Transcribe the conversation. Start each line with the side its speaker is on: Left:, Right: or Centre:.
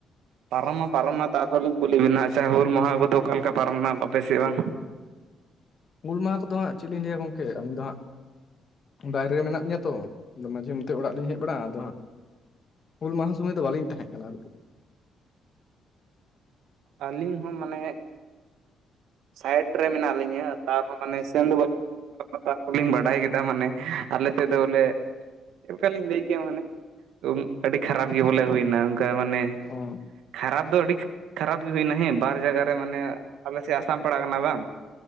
Right: ᱯᱟᱨᱚᱢ ᱢᱟ ᱯᱟᱨᱚᱢᱮᱱᱟ ᱛᱟᱨᱯᱚᱨ ᱞᱤᱧ ᱠᱩᱞᱤ ᱵᱮᱱᱟ ᱟᱪᱷᱟ ᱦᱩᱞ ᱢᱟᱦᱟ ᱠᱚᱫᱚ ᱚᱠᱟ ᱞᱮᱠᱟ ᱯᱟᱨᱚᱢᱱᱟ ᱟᱯᱮᱥᱮᱫ ᱵᱟᱝ?
Left: ᱦᱩᱞ ᱢᱟᱦᱟ ᱠᱚᱫᱚ ᱦᱟᱸᱜ ᱪᱮᱫᱞᱤᱧ ᱞᱟᱹᱭᱟ ᱜᱚᱢᱠᱮ ᱟᱹᱞᱤᱧ ᱫᱚ ᱦᱟᱸᱜ ᱵᱟᱭᱨᱮ ᱨᱮ ᱢᱮᱱᱟᱜ ᱞᱤᱧᱟ ᱛᱚ ᱟᱫᱚ ᱢᱟᱡᱷᱮ ᱢᱚᱫᱽᱫᱷᱮ ᱚᱲᱟᱜ ᱞᱤᱧ ᱦᱮᱡ ᱵᱟᱲᱟᱜᱼᱟ ᱟᱫᱚ ᱦᱟᱸᱜ ᱦᱩᱞ ᱢᱟᱦᱟ ᱥᱚᱢᱚᱭ ᱫᱚ ᱵᱟᱞᱤᱧ ᱛᱟᱦᱮᱸ ᱠᱟᱱᱟ ᱟᱨᱠᱤ
Right: ᱟᱹᱞᱤᱧ ᱦᱚᱸ ᱢᱟᱱᱮ ᱥᱟᱭᱤᱴ ᱨᱮ ᱢᱮᱱᱟᱜ ᱞᱤᱧᱟᱹ ᱛᱟᱨᱦᱚᱸ ᱢᱟᱱᱮ ᱥᱮᱱ ᱫᱚ ᱵᱟᱹᱞᱤᱧ ᱵᱟᱰᱟᱭ ᱠᱮᱫᱟ ᱢᱟᱱᱮ᱾ ᱟᱞᱮ ᱛᱮᱫᱚ ᱞᱮ- ᱪᱮᱫᱠᱟ ᱞᱤᱧ ᱞᱟᱹᱭ ᱠᱮᱭᱟ ᱢᱟᱱᱮ ᱟᱹᱰᱤ ᱠᱷᱟᱨᱟᱯ ᱜᱮ ᱵᱚᱞᱮ ᱦᱩᱭᱱᱟ᱾ ᱚᱱᱠᱟ ᱢᱟᱱᱮ
Left: ᱚ
Right: ᱠᱷᱟᱨᱟᱯ ᱫᱚ ᱟᱹᱰᱤ ᱠᱷᱟᱨᱟᱯ ᱜᱤ ᱦᱩᱭᱱᱟ ᱦᱮᱸ ᱵᱟᱨ ᱡᱟᱜᱟ ᱨᱮ ᱢᱟᱱᱮ ᱟᱞᱮᱥᱮᱫ- ᱟᱥᱟᱢ ᱯᱟᱲᱟᱜ ᱠᱟᱱᱟ ᱵᱟᱝ᱾